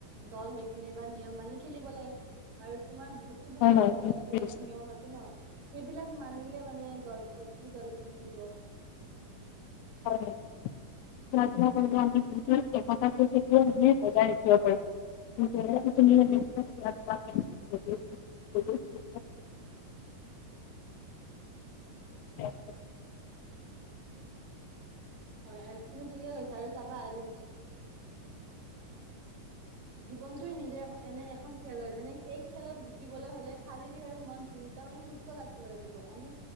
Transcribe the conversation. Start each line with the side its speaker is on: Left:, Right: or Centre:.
Right: দল হৈ কিনে বা নিয়ম মানি খেলিব লাগে। আৰু তোমাৰ বহুতো ধৰণৰ
Left: হয় হয়
Right: এনেকুৱা খেলত নিয়ম আছে ন? সেইবিলাক মানিলে মানে দল প্ৰতিটো দলে জিকিব।
Left: <unintelligible> <unintelligible> বজাই ৰাখিব পাৰোঁ। <unintelligible> <inaudible>
Right: হয় আৰু তুমি ঠিকে কৈছা, আৰু চাবা আৰু জীৱনটোৱে নিজে এনে এখন খেল হয়, মানে এই খেলত জিকিবলৈ হলে শাৰীৰিক আৰু মন দুই তাৰমানে সুস্থ ৰাখিব লাগিব, আমি,